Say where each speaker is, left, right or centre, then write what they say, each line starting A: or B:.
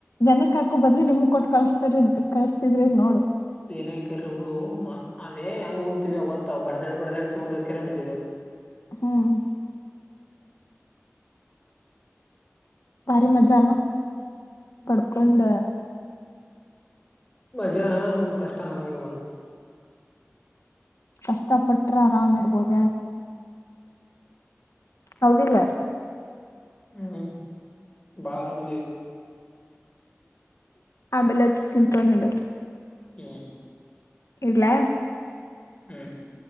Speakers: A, on the left (about 80°); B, on the left (about 25°).
A: ದನಕ್ ಹಾಕು ಬದ್ಲಿ ನಿಮಗ್ ಕೊಟ್ಟು ಕಳಸ್ತಾರ ಕಳಸ್ತಿದ್ರಿ ನೋಡು. -
B: ಏನಕರಡು ಮಸ್ತ್ ಅದೇ ಅಂಗ ಹೊಂತಿದವು ಗೊತ್ತವು. ಬಡದಡ್ ಬಡದಡ್ ತೊಂಗಡ್ರ ಕರ್ ಹೊಂಂತಿದವು. -
A: ಹ್ಮ್, ಭಾರಿ ಮಜಾನು ಹಬಡ್ಕೊಂಡು. -
B: ಮಜಾ ನಮ್ ಕಷ್ಟ ನಮ್ಗೆ ಗೊತ್ತ. -
A: ಕಷ್ಟಪಟ್ಟ- ಆರಾಮ ಇರ್ಬೋದ ಹೇಳಿ ಹೌದಿಲ್ಲ. -
B: ಹ್ಮ್, ಬಾಳ ಅರಾಮದಿವಿ.
A: ಆಮೇಲೆದು ತಿಂತೊಂಡಿದವು. -
B: ಹ್ಮ್,
A: ಇಡ್ಲಘ <inaudible>
B: ಹ್ಮ್,